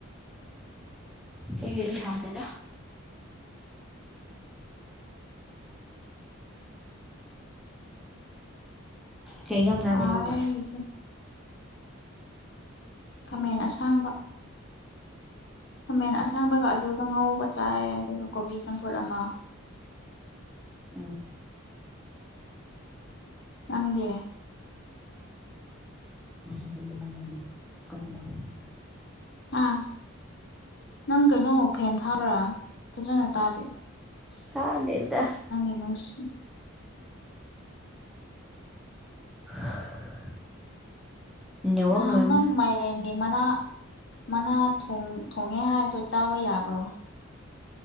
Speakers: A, in the centre; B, on the left.
A: ꯁꯤꯒꯤꯗꯤ ꯍꯥꯎ ꯇꯦꯗ ꯀꯩꯖꯥꯡ ꯆꯥꯒꯦ
B: ꯁꯥꯏ
A: ꯅꯪꯕꫭ
B: ꯑꯩꯒꯤꯁꯦ ꯈꯥꯃꯦꯟ ꯑꯁꯥꯡꯕ ꯈꯃꯦꯟ ꯑꯁꯥꯡꯕꯒ ꯑꯂꯨꯗꯣ ꯉꯧꯕ ꯆꯥꯏ ꯑꯗꯨꯒ ꯀꯣꯕꯤ ꯆꯝꯐꯨꯠ ꯑꯃ
A: ꯑꯣ
B: ꯅꯪꯗꯦ
A: <inaudible>
B: ꯍꯥ ꯅꯪ ꯀꯩꯅꯣ ꯐꯦꯟ ꯊꯥꯕ꯭ꯔꯥ ꯐꯖꯅ ꯇꯥꯗꯦ
A: ꯊꯥꯗꯦꯗ
B: ꯑꯉꯥꯡꯁꯤꯡ
A: <inaudible> ꯅꯦꯠꯋꯥꯛꯅ
B: ꯅꯍꯥꯟ
A: ꯑꯣꯏꯔꯝꯅꯤ
B: ꯅꯪ ꯃꯥꯏꯔꯦꯟ ꯒꯤ ꯃꯅꯥ ꯃꯅꯥ ꯊꫭꯡ ꯊꯣꯡꯉꯦ ꯍꯥꯏꯕꯗꯣ ꯆꯥꯕ ꯌꯥꯕ꯭ꯔꯣ